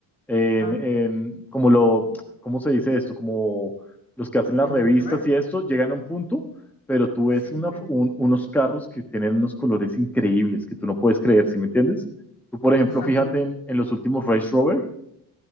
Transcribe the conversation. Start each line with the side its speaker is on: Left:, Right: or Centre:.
Centre: en-
Left: ajá.
Centre: en- como lo, ¿cómo se dice esto? Como los que hacen las
Left: ¿El
Centre: revistas
Left: RGB?
Centre: y esto, llegan a un punto, pero tú
Left: Sí,
Centre: ves una
Left: sí, sí.
Centre: f- un- unos carros que tienen unos colores increíbles que tú no puedes creer, ¿sí me entiendes? Tú, por ejemplo,
Left: Exacto.
Centre: fíjate en, en los últimos Range Rover,